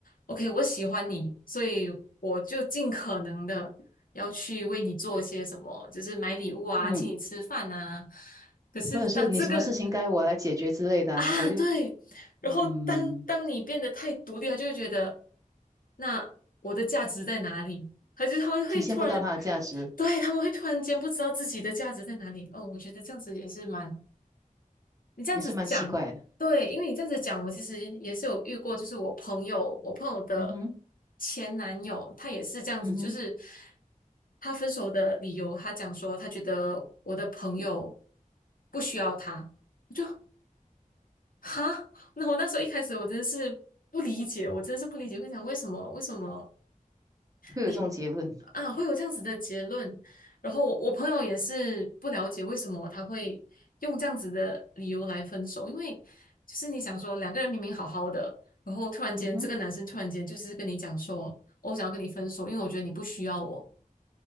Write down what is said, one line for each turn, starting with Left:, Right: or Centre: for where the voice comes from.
Left: ，OK，我喜欢你，所以我就尽可能的要去为你做一些什么，就是买礼物啊，
Right: 嗯，
Left: 请你吃饭啊。可是当这个
Right: 或者是你什么事情该我来解决之类的啊，
Left: 啊，
Right: 我就
Left: 对。然后当当你变得太独立，
Right: 嗯，
Left: 他就会觉得，那我的价值在哪里？他是他们会突然，
Right: 体现不到它的价值，
Left: 对，他们会突然间不知道自己的价值在哪里。哦，我觉得这样子也是蛮，你这样子讲，
Right: 也是蛮奇怪的。
Left: 对，因为你这样子讲，我其实也是有遇过，就是我朋友，我朋友的
Right: 嗯哼，
Left: 前男友，他也是这样子，
Right: 嗯哼，
Left: 就是他分手的理由，他讲说他觉得我的朋友不需要他。就。哈，那我那时候一开始我真的是不理解，我真的是不理解，会想为什么为什么
Right: 会有这种结论。
Left: 你啊会有这样子的结论？然后我我朋友也是不了解为什么他会用这样子的理由来分手，因为就是你想说两个人明明好好的，然后突然间这个男生突然间就是跟你讲说，
Right: 嗯哼，
Left: 哦我想要跟你分手，因为我觉得你不需要我，